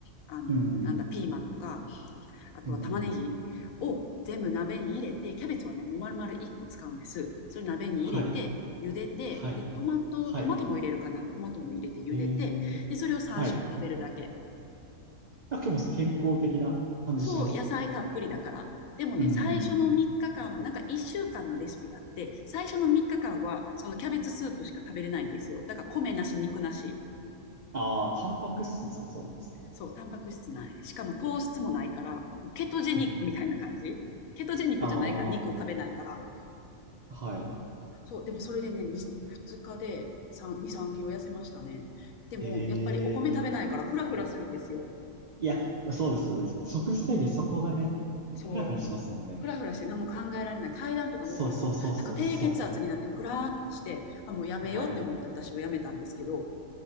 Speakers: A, on the left; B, on the right.
A: あの、
B: うん。
A: なんだ、ピーマンとか、あとは玉ねぎを全部鍋に入れて、
B: うん。
A: キャベツはね、もう丸々1個使うんです。それ鍋に入れて、
B: はい。
A: 茹でて、
B: はい。
A: で、トマト、
B: はい。
A: トマトも入れるかな。トマトも入れて茹でて、
B: えー、
A: で、それを3食食べるだけ。
B: はい。だけど健康的な感じしますけどね。
A: そう、野菜たっぷりだから。でもね、
B: うん。
A: 最初の3日間は、なんか1週間のレシピがあって、最初の3日間は、そのキャベツスープしか食べれないんですよ。だから米なし、肉なし。
B: ああ、タンパク質なさそうです。
A: そう、タンパク質ない。しかも糖質もないから、ケトジェニックみたいな感じ。
B: うん。
A: ケトジェニックじゃないから、
B: ああ、
A: 肉を食べないから。
B: はい。
A: そう、でもそれでね、2、日で3、2、3キロ痩せましたね。でも、
B: えー、
A: やっぱりお米食べないから、フラフラするんですよ。
B: いや、そうですよね。即時制限、
A: うん。
B: そこがね、
A: そう。
B: フラフラしますもんね。
A: ふらふらして何も考えられない。階段とか登ると、
B: そうそうそうそう、
A: なんか低血圧になってクラーってして、
B: そ
A: あ、もうやめようって思って私はやめたんですけど、
B: う。はい。